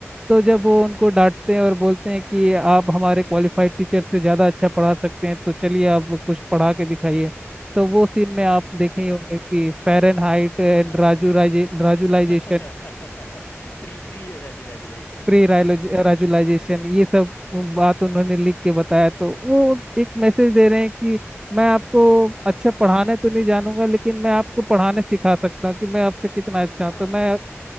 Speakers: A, on the right; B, on the left.
A: तो जब वो उनको डांटते हैं और बोलते हैं कि आप हमारे क्वालिफाइड टीचर से ज़्यादा अच्छा पढ़ा सकते हैं तो चलिए आप कुछ पढ़ा के दिखाइए तो वो सीन में आप देखे
B: <laughs>
A: ही होंगे कि फ़ारेनहाइट एंड
B: आ,
A: राजुलाइजे राजुलाइजेशन
B: <laughs> प्री प्री रेजुलेशन
A: प्री
B: <laughs>
A: राजुलाइजेशन ये सब बात उन्होंने
B: हाँ
A: लिख के बताया तो वो एक मैसेज दे रहे हैं कि मैं आपको
B: हाँ
A: अच्छा पढ़ाना तो नहीं जानूंगा लेकिन मैं आपको पढ़ाने सिखा सकता हूँ कि मैं आपसे कितना अच्छा
B: हाँ
A: हूँ तो मैं